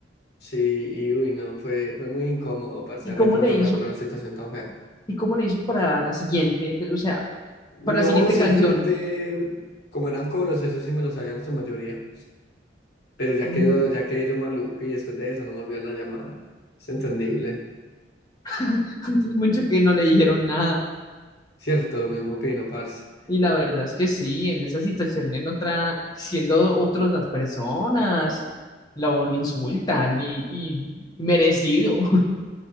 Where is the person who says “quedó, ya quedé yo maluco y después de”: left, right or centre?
Left